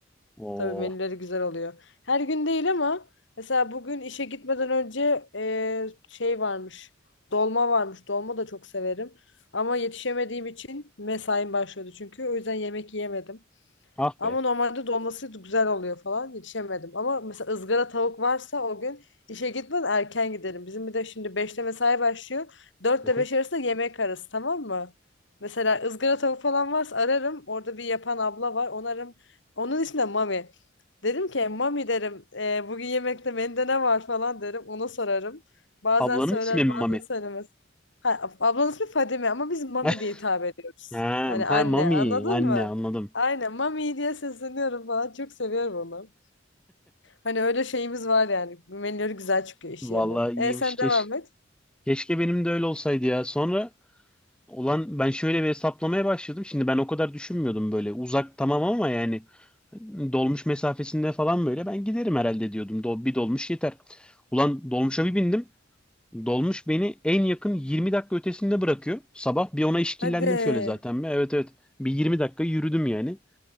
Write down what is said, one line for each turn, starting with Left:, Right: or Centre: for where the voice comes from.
Centre: Oo.
Left: Tabii menüleri güzel oluyor. Her gün değil ama mesela bugün işe gitmeden önce e, şey varmış. Dolma varmış. Dolma da çok severim. Ama yetişemediğim için mesaim başlıyordu çünkü. O yüzden yemek yiyemedim.
Centre: Ah
Left: Ama
Centre: be.
Left: normalde dolması güzel oluyor falan. Yetişemedim. Ama mesela ızgara tavuk varsa o gün işe gitmeden erken gidelim. Bizim bir de şimdi beşte mesai başlıyor. 4
Centre: <laughs>
Left: ile 5
Centre: Aha.
Left: arasında yemek arası tamam mı? Mesela ızgara tavuk falan varsa ararım. Orada bir yapan abla var. Onu ararım. Onun ismi de Mami. Derim ki Mami derim "e, bugün yemekte menüde ne var falan derim. Ona sorarım. Bazen
Centre: Ablanın
Left: söyler
Centre: ismi mi
Left: bazen
Centre: Mami?
Left: söylemez. Ha, ablanın ismi Fadime ama biz Mami
Centre: <laughs>
Left: diye hitap ediyoruz.
Centre: Ha,
Left: Hani
Centre: ha
Left: anne
Centre: Mami.
Left: anladın
Centre: Anne
Left: mı?
Centre: anladım.
Left: Aynen Mami diye sesleniyorum falan. Çok seviyorum onu. Hani öyle şeyimiz var yani. Menüleri güzel çıkıyor iş
Centre: Vallahi
Left: yerinin. E
Centre: iyiymiş
Left: sen
Centre: keş.
Left: devam et.
Centre: Keşke benim de öyle olsaydı ya. Sonra olan ben şöyle bir hesaplamaya başladım. Şimdi ben o kadar düşünmüyordum böyle. Uzak tamam ama yani dolmuş mesafesinde falan böyle ben giderim herhalde diyordum. Do bir dolmuş yeter. Ulan dolmuşa bir bindim. Dolmuş beni en yakın 20 dakika ötesinde bırakıyor. Sabah bir ona işkillendim
Left: Hadi.
Centre: şöyle zaten. Bir. Evet evet. Bir 20 dakika yürüdüm yani.